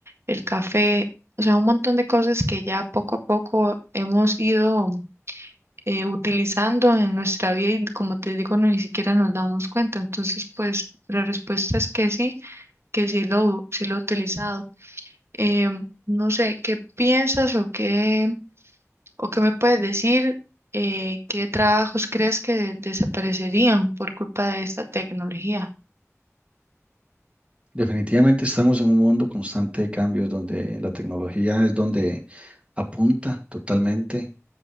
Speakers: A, on the right; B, on the right.
A: el café. O sea, un montón de cosas que ya poco a poco hemos ido eh, utilizando en nuestra vida y como te digo, no, ni siquiera nos damos cuenta. Entonces, pues la respuesta es que sí, que sí lo, sí lo he utilizado. Em, no sé, ¿qué piensas o qué, o qué me puedes decir? eh, ¿qué trabajos crees que de- desaparecerían por culpa de esta tecnología?
B: Definitivamente estamos en un mundo constante de cambios donde la tecnología es donde apunta totalmente.